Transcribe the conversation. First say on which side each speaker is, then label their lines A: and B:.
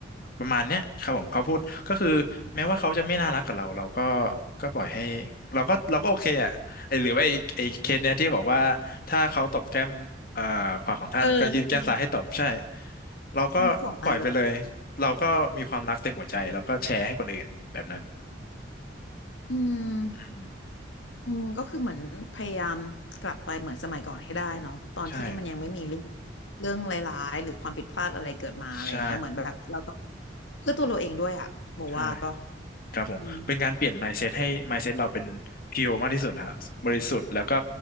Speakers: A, on the left; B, on the left.
A: ประมาณเนี้ยครับผมเขาพูดก็คือแม้ว่าเขาจะไม่น่ารักกับเราเราก็ก็ปล่อยให้เราก็เราก็โอเคอ่ะไอหรือว่าไอไอเคสเนี้ยที่บอกว่าถ้าเขาตบแก้มเอ่อขวาของท่านก็ยื่นแก้มซ้ายให้ตบใช่
B: เอออันนี้
A: เราก็ปล่อยไปเลยเราก็มีความรักเต็มหัวใจแล้วก็แชร์ให้คนอื่นแบบนั้น
B: มีสองอันอืม
A: อืม
B: อืมก็คือเหมือนพยายามกลับไปเหมือนสมัยก่อนให้ได้เนาะตอนที่มันยังไม่มีเรื่อง
A: ใช่
B: เรื่องร้ายๆหรือความผิดพลาดอะไรเกิดมาอะไรอย่างเงี้ยเหมือนแบบเราต้อง
A: ใช่
B: เพื่อตัวเราเองด้วยอะบอกว่าปะ
A: ใช่ ครับผมเป็นการเปลี่ยน
B: อืม
A: mindset ให้ mindset เราเป็น pure มากที่สุดนะครับบริสุทธิ์แล้วก็